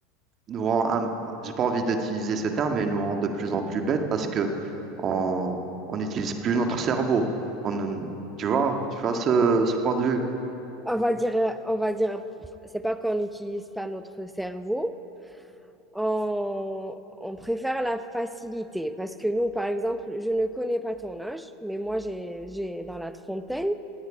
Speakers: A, on the right; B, in the centre.
A: nous rend un- j'ai pas envie d'utiliser ce terme, mais nous rend de plus en plus bêtes parce que on on n'utilise plus notre cerveau. On, tu vois, tu vois ce, ce point de vue.
B: On va dire, on va dire, c'est pas qu'on n'utilise pas notre cerveau, on, on préfère la facilité parce que nous, par exemple, je ne connais pas ton âge, mais moi, j'ai, j'ai dans la trentaine.